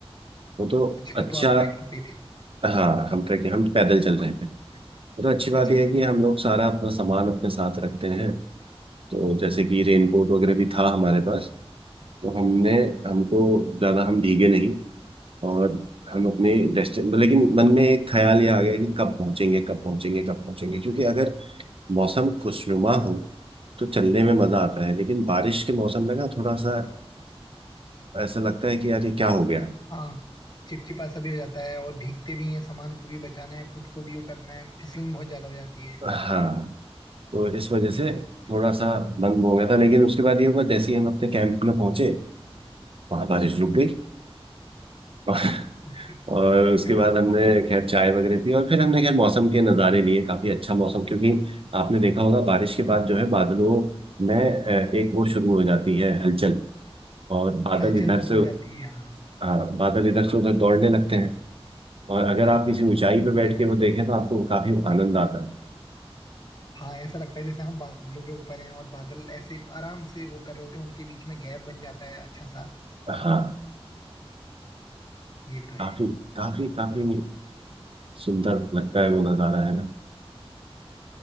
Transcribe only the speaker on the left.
अच्छा
तो आप ट्रैकिंग पे थे
अच्छा
हाँ चिपचिपा सा भी हो जाता है और भीगते भी हैं सामान को भी बचाना है खुद को भी वो करना है फिसलन बहुत ज्यादा हो जाती है
ये
वाले तो
है
ओके
<laughs>
हलचल
शुरू
हो जाती है हाँ
हाँ ऐसा लगता है जैसे हम बादलों के ऊपर हैं और बादल ऐसे आराम से वो कर रहे होते हैं उनके बीच में गैप बन जाता है अच्छा सा
ये तो
है